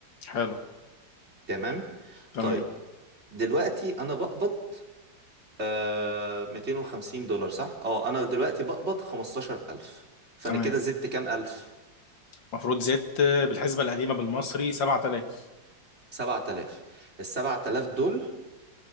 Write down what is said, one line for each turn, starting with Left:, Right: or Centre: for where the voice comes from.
Left: حلو
Right: تمام
Left: تمام
Right: طيب دلوقتي انا بقبض آه 250 دولار صح؟ اه انا دلوقتي بقبض 15000 فانا
Left: تمام
Right: كده زدت كام الف؟
Left: المفروض زدت بالحسبه القديمه بالمصري 7000
Right: 7000 ال 7000 دول